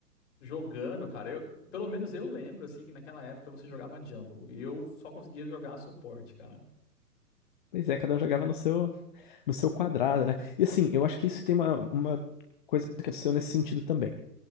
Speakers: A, on the left; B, on the left.
A: jogando, cara, eu, pelo menos eu lembro, assim, que naquela época você jogava jungle e eu só conseguia jogar suporte, cara.
B: pois é, cada um jogava no seu, no seu quadrado, né? E assim, eu acho que isso tem uma, uma coisa que aconteceu nesse sentido também.